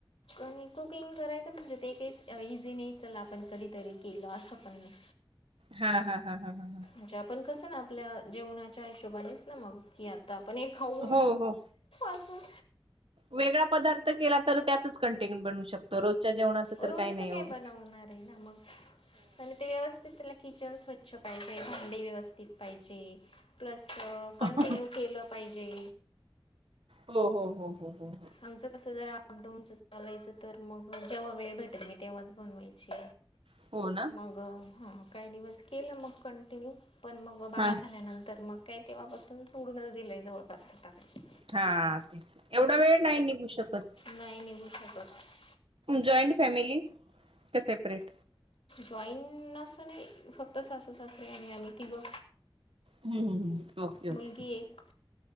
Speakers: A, on the left (about 85°); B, on the right (about 80°).
A: आणि कुकिंग करायचं म्हणजे, ते काही इझी नाही. चला आपण कधीतरी केलं. असं पण नाही.
B: हा, हा. ह, ह, ह, ह.
A: अच्छा आपण कसं ना. आपल्या जेवणाच्या हिशोबानेच ना. मग. की आता आपण हे, खाऊ.
B: हो हो
A: असं.
B: वेगळा पदार्थ केला तर, त्याचच कंटेंट बनवू शकतो. रोजच्या जेवणाच
A: रोजचं
B: तर काही नाही एवढ.
A: काय बनवणार मग, आणि ते व्यवस्थित. त्याल किचन स्वच्छ पाहिजे. भांडे व्यवस्थित पाहिजे. प्लस कंटिन्यू
B: हो हो
A: केलं पाहिजे.
B: हो, हो, हो, हो, हो.
A: आमचं कसं जर अप डाऊनच चालायचं तर, मग जेव्हा वेळ भेटेल. मी तेव्हाच बनवायची.
B: होन.
A: मग ह. काही दिवस केलं मग कंटिन्यू. पण मग, बाळ
B: हा
A: झाल्यानंतर मग, काय तेव्हापासून सोडूनच दिलंय. जवळपास आता मी.
B: हा, एवढा वेळ नाही निघू शकत.
A: नाही निघू शकत
B: जॉईंट फॅमिली. का सेपरेट?
A: जॉईन अस नाही. फक्त सासू सासरे. आणि आम्ही तिघं.
B: हम्म् हम्म हम्म. Okay okay.
A: मुलगी एक